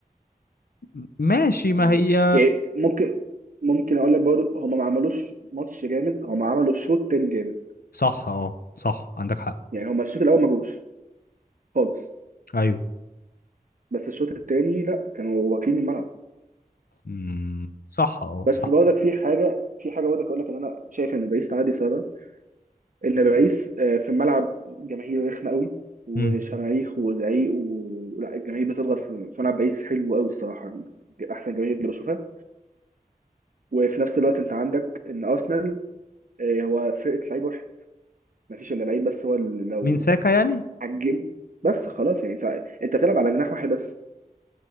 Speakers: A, on the left; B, on the right.
A: م- ماشي ما
B: يعني,
A: هي
B: يعني ممكن ممكن اقول لك برضه هم ما عملوش ماتش جامد هم عملوا شوط تاني جامد
A: صح اه صح عندك حق
B: يعني هم الشوط الاول ما جوش خالص
A: ايوه
B: بس الشوط التاني لا كانوا واكلين الملعب
A: امم صح اه
B: بس
A: صح
B: برضك في حاجه في حاجه برضك اقول لك ان انا شايف ان باريس تعدي سبب ان باريس آه، في الملعب جماهير رخمه قوي وشماريخ
A: امم
B: وزعيق و... لا الجماهير بتضغط في في ملعب باريس حلو قوي الصراحه احسن جماهير اللي بشوفها وفي نفس الوقت انت عندك ان ارسنال آه، هو فرقه لعيب واحد ما فيش الا لعيب بس هو اللي لو
A: مين ساكا يعني
B: هجم بس خلاص يعني انت انت بتلعب على جناح واحد بس